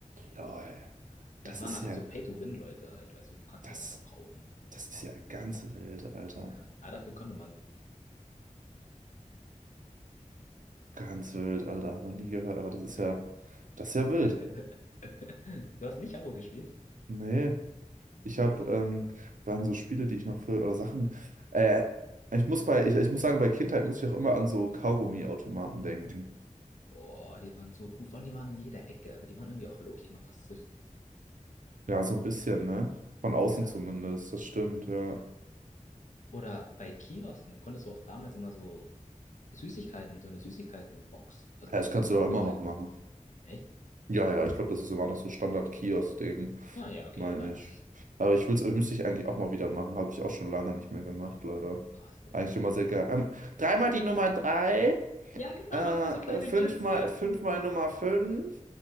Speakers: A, on the right; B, on the left.
A: Lol.
B: Das
A: Das
B: waren
A: ist
B: einfach
A: ja.
B: so Pay-to-Win-Leute halt, weißt du, du kannst
A: Das.
B: es auch einfach kaufen.
A: Das ist ja ganz wild, Alter.
B: Ja, aber dafür konnte man.
A: Ganz wild, Alter. Hab Noch nie gehört, aber das ist
B: Ja.
A: ja, das ist ja wild.
B: <laughs> Du hast nicht Habbo gespielt?
A: Nee, ich
B: Ah.
A: habe, ähm, waren so Spiele, die ich noch für, oder Sachen, äh, ich muss bei, ich, ich muss sagen, bei Kindheit muss ich auch immer an so Kaugummi-Automaten denken.
B: Oh, die waren so gut. Vor allem, die waren in jeder Ecke, aber die waren irgendwie auch Loki immer versifft.
A: Ja, so ein bisschen, ne? Von außen
B: Ja.
A: zumindest, das stimmt, ja. Ja,
B: Oder bei Kiosken konntest du auch damals immer so Süßigkeiten, so eine Süßigkeitenbox, also
A: das
B: so
A: kannst
B: Packung
A: du doch immer
B: reintun.
A: noch machen.
B: Echt?
A: Ja, ja, ich glaube, das ist immer noch so Standard-Kiosk-Ding,
B: Ah ja, okay,
A: meine
B: ja dann.
A: ich. Aber ich will's, müsste ich eigentlich auch mal wieder machen. Habe ich auch schon lange nicht mehr gemacht, leider.
B: Oh, same.
A: Eigentlich immer sehr
B: What?
A: geil. Ähm, dreimal die Nummer 3,
B: Ja, genau,
A: äh,
B: <laughs> immer so kleine
A: fünfmal,
B: Jits.
A: fünfmal Nummer 5,